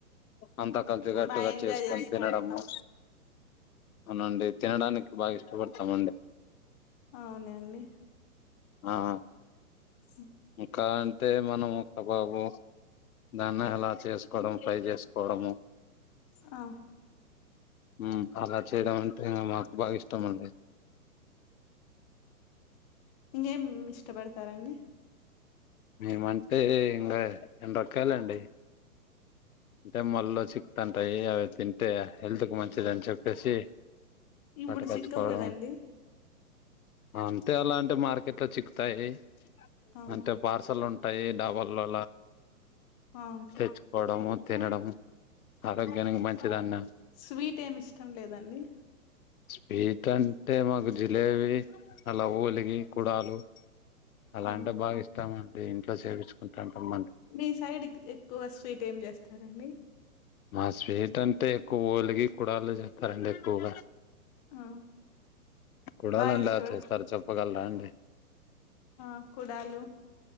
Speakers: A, on the left (about 70°); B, on the left (about 25°).
A: అంతా కలిసిగట్టుగా
B: బాగా ఎంజాయ్
A: చేసుకొని
B: చేస్తాంట
A: తినడము. అవునండి తినడానికి బాగా ఇష్టపడతామండి.
B: అవునానండి
A: ఆ ఆ
B: హా
A: ఇంకా అంటే మనము కబాబు దాన్ని ఎలా చేసుకోవడం ఫ్రై చేసుకోవడము
B: ఆ
A: మ్ అలా చేయడం అంటే మాకు బాగా ఇష్టం అండి.
B: ఇంకా ఏం ఇష్టపడతారండి?
A: మేమంటే ఇంకా ఎండ్రాకాయలండి. అంటే మల్లో చిక్కుతాంటాయి అవి తింటే హెల్త్ కు మంచిదిని చెప్పేసి
B: ఇప్పుడు
A: పటుకొచ్చుకోవడం.
B: సిక్కవు కదండి
A: అంటే అలాంటివి మార్కెట్ లో చిక్కుతాయి.
B: ఆ
A: అంటే పార్సల్ ఉంటాయి డాబాలలో
B: ఆ
A: తెచ్చుకోవడము తినడం ఆరోగ్యానికి మంచిదన్న
B: స్వీట్ ఏమి ఇష్టం లేదా అండి?
A: స్వీట్ అంటే మాకు జిలేబి అలా ఓలిగి, కుడాలు అలాంటివి
B: ఆ
A: బాగా ఇష్టమండి ఇంట్లో చెప్పించుకుంటాంటము.
B: మీ సైడ్ ఎక్కువ స్వీట్ ఏం చేస్తారండి?
A: మా స్వీట్ అంటే ఎక్కువ ఓలిగి, కూడాళ్ళు చేత్తారండి ఎక్కువగా
B: ఆ
A: కూడాలు
B: బాగా
A: ఏలా
B: ఇష్టపడు
A: చేస్తారో చెప్పగలరా అండి?
B: ఆ కుడాలు.